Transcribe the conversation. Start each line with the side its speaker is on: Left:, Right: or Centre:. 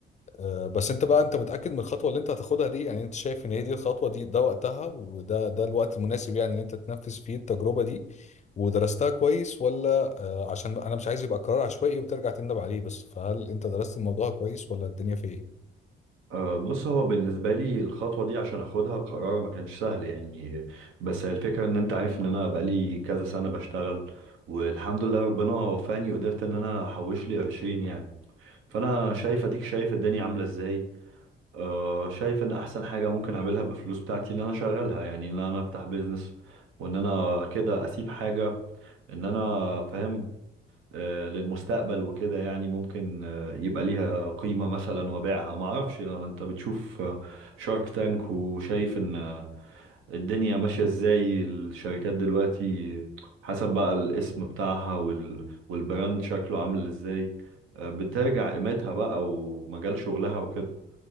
Left: آه، بس انت بقى انت متأكد من الخطوة اللي انت هتاخدها دي يعني انت شايف ان هي دي الخطوة دي ده وقتها وده ده الوقت المناسب يعني ان انت تنفذ فيه التجربة دي ودرستها كويس ولا آه، عشان انا مش عايز يبقى قرار عشوائي وترجع تندم عليه بس فهل انت درست الموضوع كويس ولا الدنيا فيه ايه؟
Right: أه بص هو بالنسبة لي الخطوة دي عشان اخدها قرار ما كانش سهل يعني بس هي الفكرة ان انت عارف ان انا بقالي كذا سنة بشتغل والحمد لله ربنا وفاني وقدرت ان انا احوش لي قرشين يعني فانا شايف اديك شايف الدنيا عاملة ازاي أه شايف ان احسن حاجة ممكن اعملها بالفلوس بتاعتي ان انا اشغلها يعني ان انا افتح بيزنس وان انا كده اسيب حاجة ان انا فاهم آه، للمستقبل وكده يعني ممكن آه، يبقى ليها قيمة مثلا وبيعها ما اعرفش انت بتشوف شارك تانك وشايف ان آه، الدنيا ماشية ازاي الشركات دلوقتي حسب بقى الاسم بتاعها وال... والبراند شكله عامل ازاي آه، بترجع
Left: مم.
Right: قيمتها بقى ومجال شغلها وكده